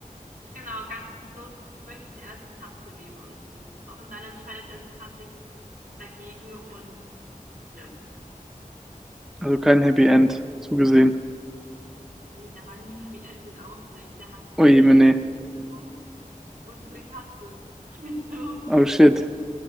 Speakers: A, on the right (about 70°); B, in the centre.
A: Genau, ganz zum Schluss möchte er die Katze nehmen. Und dann entscheidet er sich tatsächlich dagegen und stirbt.
B: Also kein Happy End, so gesehen.
A: Nee, da war nie ein Happy End in Aussicht. Der hat
B: Ui,
A: Krebs,
B: nee.
A: einen Tumor und eine Katze. <laughs>
B: Oh shit.